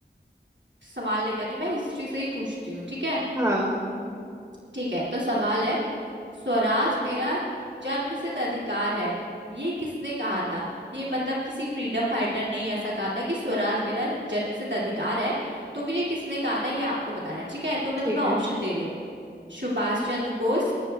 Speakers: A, on the right; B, on the right.
A: सवाल लेके आती हूँ मैं हिस्ट्री से ही पूछती हूँ ठीक है
B: हाँ
A: ठीक है तो सवाल है स्वराज मेरा जन्मसिद्ध अधिकार है ये किसने कहा था ये मतलब किसी फ्रीडम फाइटर ने ही ऐसा कहा था कि स्वराज मेरा जन्मसिद्ध अधिकार है तो फिर ये किसने कहा था ये आपको बताना है ठीक है तो मैं
B: ठीक
A: तुम्हें ऑप्शन
B: है
A: दे रही हूँ सुभाष चंद्र बोस